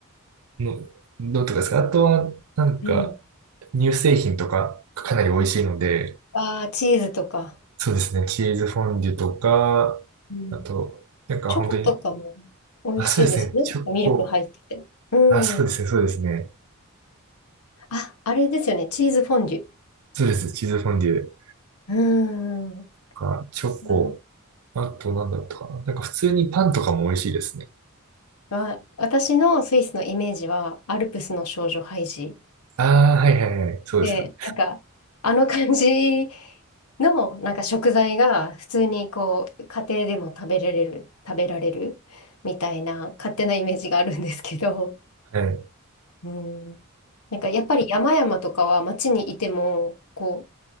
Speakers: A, on the right; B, on the left.
A: の、どうとかですか。あとは、なんか、
B: うん。
A: 乳製品とかかなり美味しいので、
B: ああ、チーズとか。
A: そうですね、チーズフォンデュとか、
B: うん。
A: あと、なんか本当に、
B: チョコとかも美味しいですね。
A: あ、そうですね、チョコ、
B: ミルク入ってて。うん。
A: あ、そうですね、そうですね。
B: あ、あれですよね。チーズフォンデュ。
A: そうです、チーズフォンデュと
B: うん。
A: か、チョコ、
B: あ、
A: あとなんだったかな。なんか普通にパンとかも美味しいですね。
B: わ私のスイスのイメージは、アルプスの少女ハイジ。
A: ああ、はいはいはい、そうですよね。
B: で、なんか、あの感じの、なんか食材が普通にこう、家庭でも食べられる、食べられるみたいな勝手なイメージがあるんですけど、
A: はい。
B: うん。なんかやっぱり山々とかは街にいても、こう、